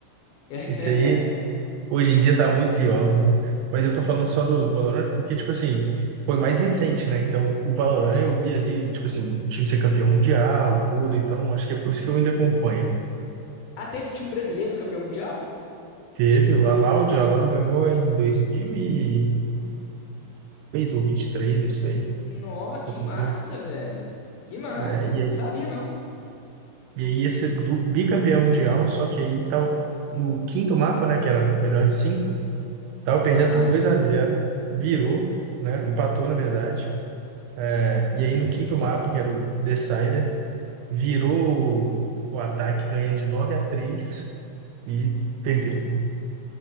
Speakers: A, on the left; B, on the right.
A: <laughs>
B: Isso aí, hoje em dia tá muito pior, viu? Mas eu tô falando só do, do Valorant porque, tipo assim, foi mais recente, né? Então, o Valorant eu vi ali, tipo assim, o time ser campeão mundial, tudo. Então, acho que é por isso que eu ainda acompanho.
A: Ah, teve time brasileiro campeão mundial?
B: Teve o Alaud, o Alaud ganhou em 2022 ou 23, não sei.
A: Nó, que
B: Foi campeão.
A: massa, velho. Que massa.
B: É, e,
A: Não
B: aí-
A: sabia, não.
B: e aí ia ser du- bicampeão mundial, só que aí tava no quinto mapa, né, que era o melhor de cinco, tava perdendo
A: Aham.
B: por dois a zero virou, né, empatou na verdade. É, E aí no quinto mapa, que era o Decider, virou o, o ataque ganhando de 9 a 3 e perdeu.